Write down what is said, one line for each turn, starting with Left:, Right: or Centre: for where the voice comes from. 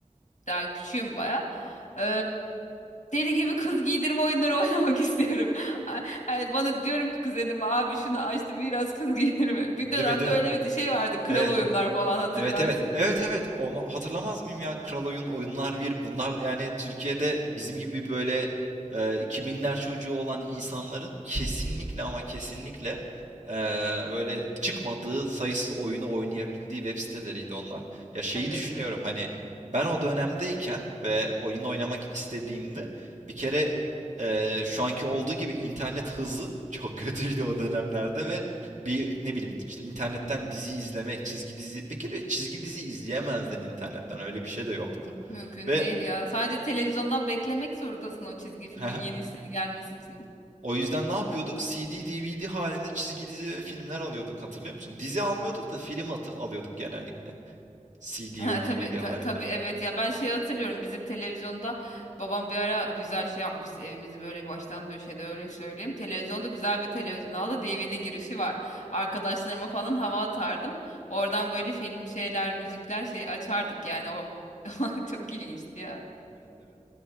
Left: daha küçüğüm baya E, deli gibi kız giydirme oyunları <laughs> oynamak istiyorum. Ay- ay bana diyorum ki kuzenime abi şunu açtı biraz kız giydirme. Bir
Right: Değil
Left: dönemde
Right: mi değil
Left: öyle
Right: mi?
Left: bir şey vardı kral
Right: Evet.
Left: oyunlar falan hatırlarsın.
Right: Evet evet. Evet evet. Olma, hatırlamaz mıyım ya? Kral Oyun, Oyunlar bir bunlar yani Türkiye'de bizim gibi böyle e, 2000'ler çocuğu olan insanların kesinlikle ama kesinlikle e, böyle çıkmadığı sayısız oyunu oynayabildiği web siteleriydi onlar. Ya şeyi
Left: Evet
Right: düşünüyorum
Left: ya.
Right: hani ben o dönemdeyken ve oyun oynamak istediğimde bir kere e, şu anki olduğu gibi internet hızı <laughs> çok kötüydü o dönemlerde ve bir ne bileyim işte internetten dizi izlemek, çizgi dizi bir kere çizgi dizi izleyemezdin internetten öyle bir şey de yoktu.
Left: Mümkün
Right: Ve
Left: değil ya. Sadece televizyondan beklemek zorundasın o çizgi filmin
Right: <laughs>
Left: yenisini gelmesi için.
Right: o yüzden ne yapıyorduk? CD, DVD halinde çizgi dizi ve filmler alıyorduk hatırlıyor musun? Dizi almıyorduk da film atı alıyorduk genellikle. CD
Left: Ha,
Right: ve
Left: tabii
Right: DVD
Left: ta-
Right: halinde.
Left: tabii evet ya ben şey hatırlıyorum bizim televizyonda babam bir ara güzel şey yapmıştı evimizi böyle baştan döşedi öyle söyleyeyim. Televizyonda güzel bir televizyon aldı DVD girişi var. Arkadaşlarıma falan hava atardım. Oradan
Right: <laughs>
Left: böyle film şeyler müzikler şey açardık yani o <laughs> çok ilginçti ya.
Right: Evet, evet.